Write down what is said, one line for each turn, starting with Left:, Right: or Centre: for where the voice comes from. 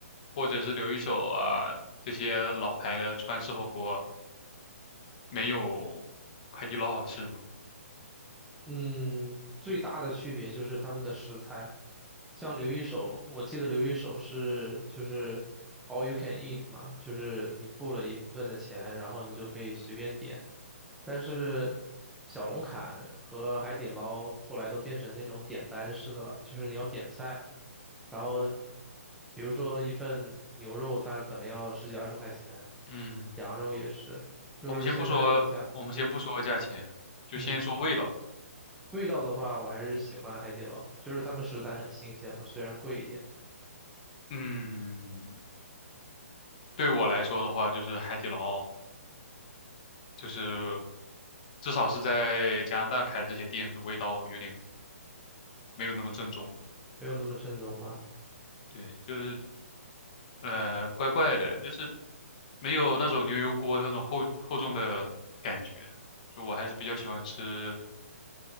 Left: 或者是刘一手啊这些老牌的川式火锅没有海底捞好吃吗？
Centre: 嗯，最大的区别就是他们的食材，像刘一手，我记得刘一手是就是 all you can eat 嘛，就是你付了一部分的钱，然后你就可以随便点。但是小龙坎和海底捞后来都变成那种点单式的了，就是你要点菜，然后比如说一份牛肉它可能要十几二十块钱，
Left: 嗯。
Centre: 羊肉也是，就是现在物价很贵，
Left: 我们先不说，我们先不说价钱，就先说味道。
Centre: 嗯。味道的话，我还是喜欢海底捞，就是他们食材很新鲜嘛，虽然贵一点，
Left: 嗯，对我来说的话，就是海底捞，就是至少是在加拿大开这些店，味道有点没有那么正宗。
Centre: 没有那么正宗嘛。
Left: 对，就是呃，怪怪的，就是没有那种牛油锅那种厚厚重的感觉。就我还是比较喜欢吃